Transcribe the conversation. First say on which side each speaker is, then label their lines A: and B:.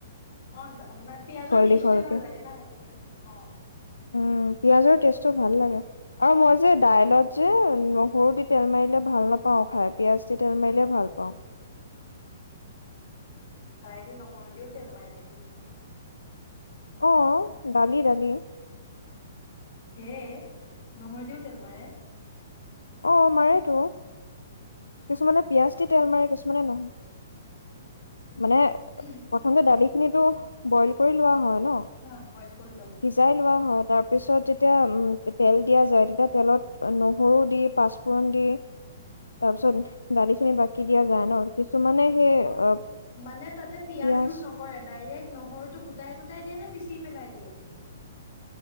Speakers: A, on the left; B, on the left.
A: অ মানে পিয়াজৰ টেষ্টোয়ে
B: দীঘলকে।
A: ভাল লাগে ন সেইটো কাৰণে অ।
B: উম পিয়াজৰ টেষ্টটো ভাল লাগে। আৰু মই যে দাইলত যে নহৰু দি তেল মাৰিলে ভাল নাপাওঁ খাই পিয়াজ দি তেল মাৰিলে ভাল পাওঁ।
A: বাইল নহৰুদিউ তেল মাৰে নেকি?
B: অ দালি দালি।
A: হে নহৰু দিওঁ তেল মাৰে?
B: অ মাৰেতো, কিছুমানে পিয়াজ দি তেল মাৰে কিছুমানে নহ মানে
A: <unintelligible>
B: প্ৰথমতে দালিখিনিতো বইল কৰি লোৱা হয় ন।
A: হা বইল কৰি ল'লে।
B: সিজাই লোৱা হয়, তাৰপিছত যেতিয়া তেল দিয়া যায় তেতিয়া তেলত নহৰু দি পাঁচপোৰণ দি তাৰ পিছত দালি খিনি বাকি দিয়া যায় ন, কিছুমানে সেই
A: অঁ
B: অ'
A: মানে তাতে পিয়াজি
B: পিয়াজ
A: ইউজ নক কৰে ডাইৰেক্ট নহৰুটো গোটাই গোটাই দিয়ে নে, পিচি পেলাই দিয়ে?